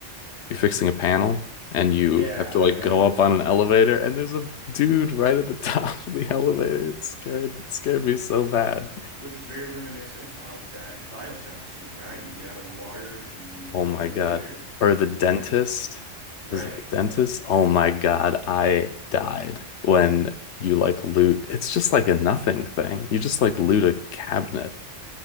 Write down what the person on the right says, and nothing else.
yeah,
I,
I know what you're
talking
about.
Wh-
Which is very reminiscent of that BioShock scene, right? You get out of the water, you get
on the elevator,
and
then
you're right.